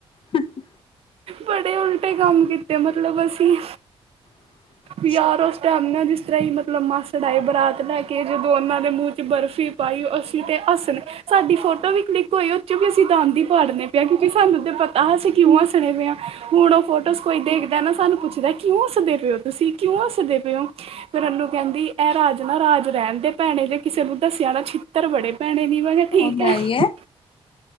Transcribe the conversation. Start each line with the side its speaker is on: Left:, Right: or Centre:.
Left: ਹੀ ਹੀ।
Right: ਬੜੇ ਉਲਟੇ ਕੰਮ ਕੀਤੇ ਮਤਲਬ ਅਸੀਂ।
Left: <inaudible>
Right: ਯਾਰ ਉਸ ਟਾਈਮ ਨਾਲ ਜਿਸ ਤਰ੍ਹਾਂ ਹੀ ਮਤਲਬ ਮਾਸੜ ਆਏ ਬਰਾਤ ਲੈ ਕੇ ਜਦੋਂ ਉਹਨਾਂ ਦੇ ਮੂੰਹ 'ਚ ਬਰਫ਼ੀ ਪਾਈਓ ਅਸੀਂ ਤੇ ਹੱਸਣੇ ਸਾਡੀ ਫੋਟੋ ਵੀ ਕਲਿੱਕ ਹੋਈ ਉਹ ਚੋਂ ਵੀ ਅਸੀਂ ਦੰਦ ਹੀ ਫਾੜਨੇ- ਕਿਉਂਕਿ ਸਾਨੂੰ ਤੇ ਪਤਾ ਅਸੀਂ ਕਿਉਂ ਹੱਸਨੇ ਪਏ ਹੁਣ ਉਹ ਫੋਟੋ ਕੋਈ ਦੇਖਦਾ ਨਾ ਸਾਨੂੰ ਪੁੱਛਦਾ ਕਿਉਂ ਹਸਦੇ ਪਏ ਹੋ ਤੁਸੀਂ ਕਿਉਂ ਹਸਦੇ ਪਏ ਹੋ। ਫਿਰ ਅਨੂੰ ਕਹਿੰਦੀ ਇਹ ਰਾਜ ਨਾ ਰਾਜ ਰਹਿਣ ਦੇ ਭੈਣੇ ਜੇ ਕਿਸੇ ਨੂੰ ਦੱਸਿਆ ਨਾ ਛਿੱਤਰ ਬੜੇ ਭੈਣੇ ਦੀ ਵੀਹ ਵਾਰ ਕਿਹਾ ਠੀਕ
Left: ਉਹ ਤਾਂ
Right: ਹੈ
Left: ਹੀ